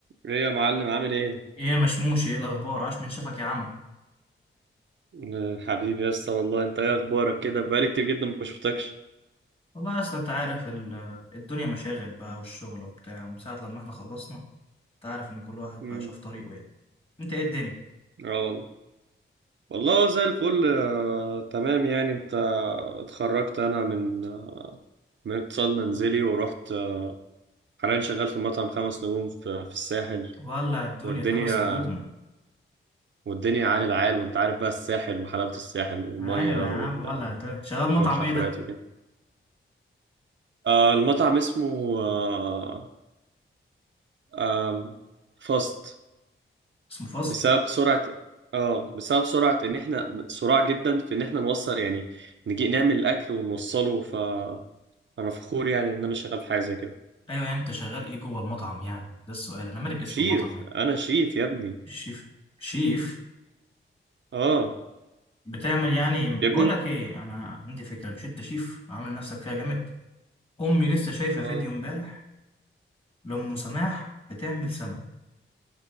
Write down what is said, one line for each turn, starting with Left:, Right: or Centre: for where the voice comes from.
Right: ايه يا معلم عامل ايه؟
Left: ايه يا مشموشي ايه الاخبار عاش من شافك يا عم
Right: آه، حبيبي يا اسطى والله انت ايه اخبارك كده بقالي كتير جدا ما شفتكش
Left: والله اصل انت عارف ال- الدنيا مشاغل بقى والشغل وبتاع ومن ساعه لما احنا خلصنا انت عارف ان كل واحد
Right: امم
Left: بقى شاف طريقه يعني انت ايه الدنيا
Right: اه والله والله زي الفل آه، تمام يعني انت اتخرجت انا من آه، من اقتصاد منزلي ورحت آه، حاليا شغال في مطعم خمس نجوم في في الساحل
Left: ولع الدنيا
Right: والدنيا
Left: خمس نجوم
Right: والدنيا عال العال وانت عارف بقى الساحل وحلاوة الساحل والمية
Left: ايوه يا عم
Right: وال-
Left: ولع الدنيا شغال مطعم
Right: والحفلات
Left: ايه ده
Right: وكده آه، المطعم اسمه آه، آم، فاست
Left: اسمه فاست
Right: بسبب سرعة اه بسبب سرعة ان احنا سرعة جدا في ان احنا نوصل يعني نجي نعمل الاكل ونوصله فانا فخور يعني ان انا شغال في حاجة زي كده
Left: ايوه يعني انت شغال ايه جوه المطعم يعني ده السؤال انا مالي باسم
Right: شيف
Left: المطعم يعني
Right: انا شيف يا ابني
Left: الشيف شيف
Right: اه
Left: بتعمل يعني بقول
Right: يا ابني انت-
Left: لك ايه انا عندي فكره مش انت شيف عامل نفسك فيها جامد امي لسه شايفه
Right: اه
Left: فيديو امبارح لأم سماح بتعمل سمك